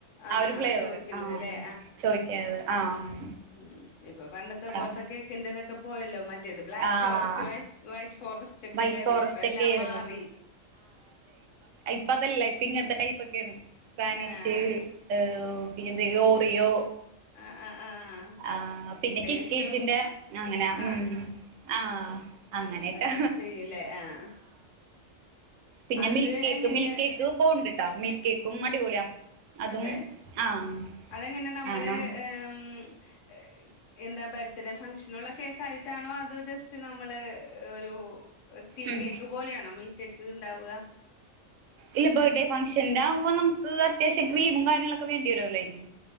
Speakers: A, on the left; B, on the right.
A: ആഹ്
B: ആ ഒരു
A: ആഹ്
B: ഫ്ലേവറ്
A: ചോദിക്കുന്നത്
B: ആഹ്
A: ല്ലേ
B: ചോയിക്കണത് ആഹ്
A: ഉം ഇപ്പൊ പണ്ടത്തെ പോലത്തെ
B: ആഹ്
A: കേൾക്കിന്റെതൊക്കെ പോയല്ലോ മ റ്റത് ബ്ലാക്ക്
B: ആഹ്
A: ഫോറസ്റ്റ് വൈറ്റ് വൈറ്റ് ഫോറസ്റ്റെക്കെല്ലാരുന്നോ
B: വൈറ്റ് ഫോറസ്റ്റ്
A: ഇപ്പം എല്ലാം
B: ഒക്കെ ആയിരുന്നു
A: മാറി
B: പ്പതല്ല ഇപ്പ ഇങ്ങൻത്തെ ടൈപ്പെക്കെണ് സ്പാനിഷ്
A: ആഹ്
B: ഏഹ് പിന്നെ എന്ത്‌
A: ആഹ്
B: ഓറിയോ
A: ആഹ് ആഹ് ആഹ്
B: ആഹ് പിന്നെ
A: ടേസ്റ്റും
B: കിറ്റ്ക്കേറ്റിന്റെ അങ്ങനെ ഉം
A: ആഹ്
B: ആഹ് അങ്ങനെയൊക്കെ
A: അതൊക്കെ ചെയ്യ്ലേ ആഹ്
B: പിന്നെ
A: അത്
B: മിൽക്കേക്ക്
A: എങ്ങനെയാ
B: മിൽകേക്ക് പോണ്ട് ട്ട മിൽക്ക് കേക്കും അടിപൊളിയാ അതും
A: അതെ
B: ആഹ്
A: അതെങ്ങനെ നമ്മള്
B: ആനം
A: മ്മ് എന്താ ബർത്ത്ഡേ ഫംഗ്ഷനൊളെ കേക്ക് ആയിട്ടാണോ അതോ ജസ്റ്റ് നമ്മള് ഒരു ടീ
B: ഉം
A: കേക്ക് പോലെയാണോ മിൽക്ക് കേക്ക് ഇണ്ടാവ
B: ഇല്ല ബെത്ഡേ ഫങ്ഷന്റാവ്മ്പോ നമുക്ക് അത്യാശം ക്രീമും കാര്യങ്ങളൊക്കെ വേണ്ടി വരുല്ലോ അയിന്